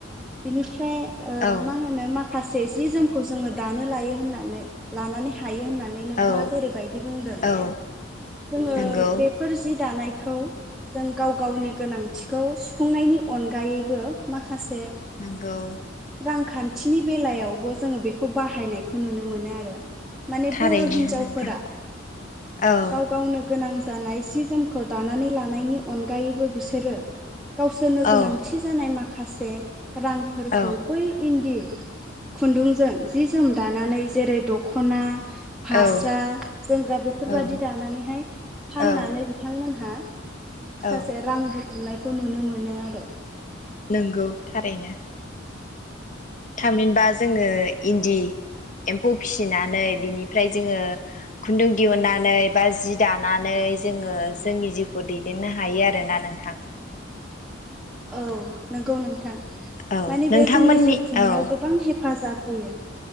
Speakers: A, in the centre; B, on the left.
A: बिनिफ्राय
B: औ
A: मा होनो मा खासे जि जोमखौ जोङो दानो लायो होननानै लानानै हायो होननानै नोंथाङा
B: औ
A: जेरैबायदि बुंदों
B: औ
A: जोङो
B: नंगौ
A: बेफोर जि दानाय औ जों गाव गावनि गोनांथिखौ सुफुंनायनि अनगायैबो माखा माखासे
B: नंगौ
A: रां खान्थिनि बेलायावबो जोङो बेखौ बाहायनायखौ नुनो मोनो आरो माने
B: थारैनो
A: बर' हिन्जावफोरा
B: नोंथां औ
A: गाव गावनो गोनां जानाय सि जोमखौ दानानै लानायनि अनगायैबो बिसोरो गावसोरनो
B: औ
A: गोनांथि जानाय मा माखासे रांफोरखौ
B: औ
A: बै इन्दि खुन्दुंजों जि जोम दानानै जेरै दखना फास्रा
B: औ
A: जोमग्रा बेफोरबादि
B: औ
A: जानानैहाय फाननानै
B: औ
A: बिथांमोनहा माखासे
B: औ
A: रां रु थुमनायखौ नुनो मोनो आरो
B: नोंगौ थारैनो थामहिनबा जोङो इन्दि एम्फौ फिसिनानै बिनिफ्राय जोङो खुन्दुं दिहुनन्नानै बा जि दानानै जोङो जोंनि जिउखौ दैदेननो हायो आरोना नोंथां
A: औ नोंगौ नोंथां
B: औ
A: माने
B: नोंथांमोननि
A: बेयो जोंनि जिउ खुंनायाव
B: औ
A: गोबां हेफाजाब होयो